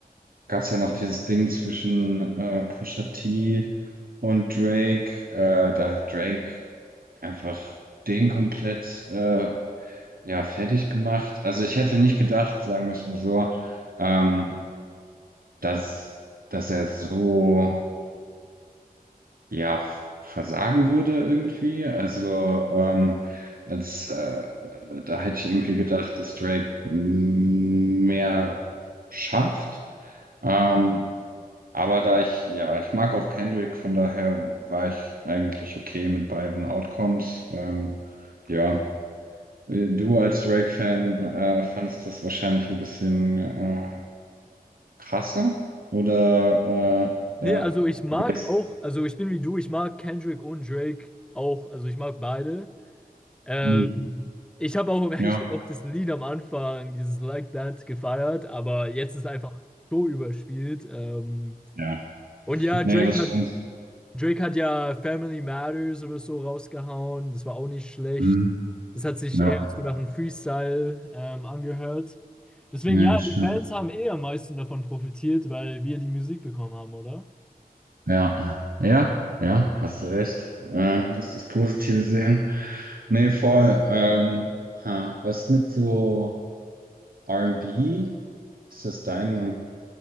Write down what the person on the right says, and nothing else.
gab es ja noch dieses Ding zwischen äh, Pusha T und Drake. Äh, da hat Drake einfach den komplett äh, ja fertig gemacht. Also ich hätte nicht gedacht, sagen wir es mal so, ähm, dass dass er so ja, versagen würde irgendwie. Also ähm, als äh, da hätte ich irgendwie gedacht, dass Drake mm, mehr schafft. Ähm, aber da ich, ja, ich mag auch Kendrick, von daher war ich eigentlich okay mit beiden Outcomes. Ähm, ja, du als Drake-Fan äh, fandest das wahrscheinlich ein bisschen äh, krasser oder
äh, ja,
wie war's?
Hm,
ja.
Ja.
Nee,
das
stimmt.
Mhm.
Ja,
nee,
das stimmt.
Ja, ja, ja, hast du recht. Äh, musst das Positive sehen. Nee, voll. Ähm, ha, was mit so R&B? Ist das deine,